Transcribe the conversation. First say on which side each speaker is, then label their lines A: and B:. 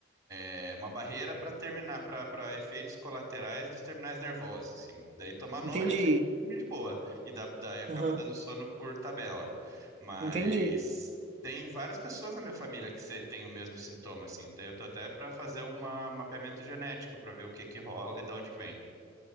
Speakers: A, on the right; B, on the right.
A: é uma barreira para terminar, para efeitos colaterais dos terminais nervosos, assim. Daí toma à noite
B: entendi.
A: e de boa. E dá, daí acaba
B: Aham.
A: dando sono por tabela. Mas
B: Entendi.
A: tem várias pessoas na minha família que se- têm o mesmo sintoma, assim. Daí eu tô até para fazer um mapeamento genético para ver o que que rola e de onde que vem.